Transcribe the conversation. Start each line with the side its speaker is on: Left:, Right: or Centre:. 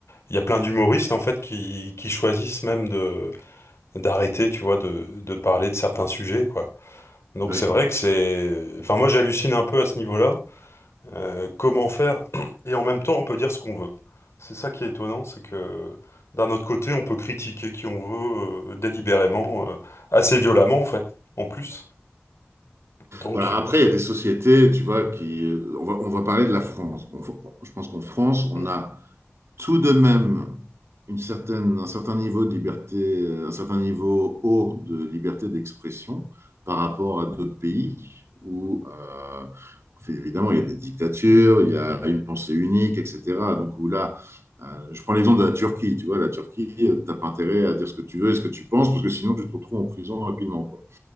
Left: il y a plein d'humoristes en fait qui, qui choisissent même de d'arrêter, tu vois, de, de parler de certains sujets, quoi. Donc
Right: Oui.
Left: c'est vrai que c'est, enfin moi j'hallucine un peu à ce niveau-là. Euh, comment faire? <clears throat> Et en même temps, on peut dire ce qu'on veut. C'est ça qui est étonnant, c'est que d'un autre côté, on peut critiquer qui on veut euh, délibérément, euh, assez violemment en fait, en plus. Donc
Right: Voilà,
Left: euh,
Right: après, il y a des sociétés, tu vois, qui. On va, on va parler de la France. On va- je pense qu'en France,
Left: Mm.
Right: on a tout de même une certaine, un certain niveau de liberté, euh, un certain niveau haut de liberté d'expression par rapport à d'autres pays où, euh, en fait, évidemment, il y a des dictatures, il y a une pensée unique, etc. Donc, où là, euh, je prends l'exemple de la Turquie, tu vois, la Turquie, euh, t'as pas intérêt à dire ce que tu veux et ce que tu penses, parce que sinon, tu te retrouves en prison rapidement, quoi.